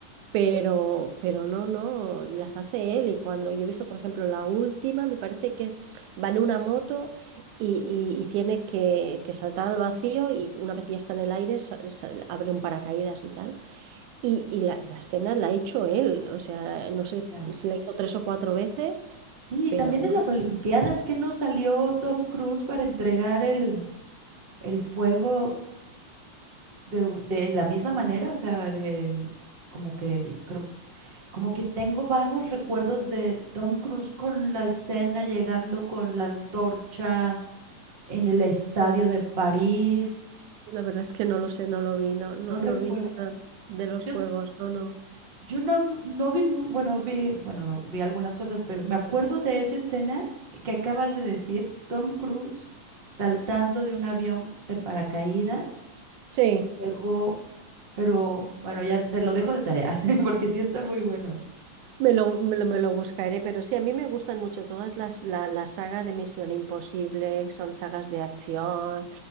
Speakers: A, on the right (about 80°); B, on the right (about 55°).
A: pero, pero no, no, las hace él. Y cuando yo he visto, por ejemplo, la última, me parece que va en una moto y, y- y tiene que, que saltar al vacío y una vez ya está en el aire, sa- sa- abre un paracaídas y tal. Y, y la, la escena la ha hecho él. O sea, no sé
B: Ya.
A: si la hizo tres o cuatro veces,
B: Sí,
A: pero
B: también
A: no,
B: en las Olimpiadas que nos salió Tom Cruise para entregar el, el fuego de, u- de la misma manera, o sea, de- en- como que creo- como que tengo vagos recuerdos de Tom Cruise con la escena llegando con la antorcha en el estadio de París.
A: la verdad es que no lo sé, no lo vi, no, no,
B: ¿No recuerdas?
A: no vi nada de los
B: Yo
A: juegos, no, no.
B: Yo no, no vi, mu- bueno, vi, bueno, vi algunas cosas, pero me acuerdo de esa escena que acabas de decir, Tom Cruise saltando de un avión de paracaídas,
A: Sí.
B: llegó, pero bueno, ya te lo dejo de tarea, <laughs> porque sí está muy bueno.
A: Me lo, me lo, me lo buscaré, pero sí, a mí me gustan mucho todas las la, la saga de Misión Imposible, son sagas de acción